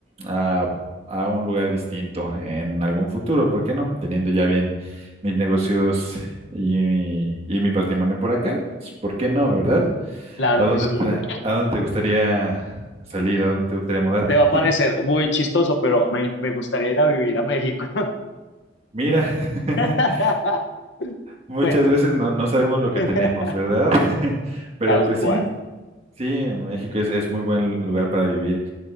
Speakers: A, on the right; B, on the left.
A: a, a un lugar distinto en algún futuro, ¿por qué no? Teniendo ya bien mis negocios y, y mi patrimonio por acá, pues ¿por qué no, verdad?
B: claro
A: ¿A dónde
B: que sí.
A: te, a dónde te gustaría salir? ¿A dónde te gustaría mudarte?
B: Te va a parecer
A: <laughs>
B: muy chistoso, pero me, me gustaría ir a vivir a México.
A: Mira,
B: <laughs>
A: <laughs> muchas
B: Bueno,
A: veces no, no sabemos lo que
B: <laughs>
A: tenemos, ¿verdad? <laughs> Pero
B: tal
A: pues
B: cual,
A: sí, sí, México es, es muy buen lugar para vivir.